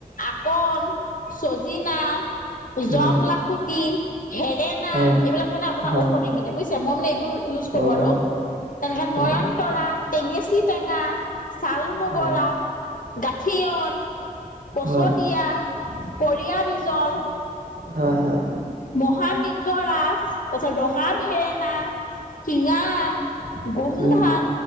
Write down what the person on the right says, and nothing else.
হয়,
হয়,
হয়,
অ',
হয়,
হয়,
হয়,
হয়, হয়,
উম,